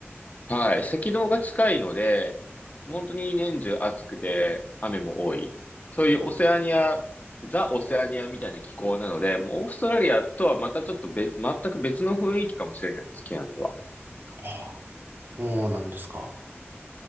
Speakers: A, on the left; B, on the right.
A: はい。赤道が近いので、本当に年中暑くて雨も多い。そういうオセアニア、ザ・オセアニアみたいな気候なので、もうオーストラリアとはまたちょっと別、全く別の雰囲気かもしれないです、ケアンズは。
B: あ、そうなんですか。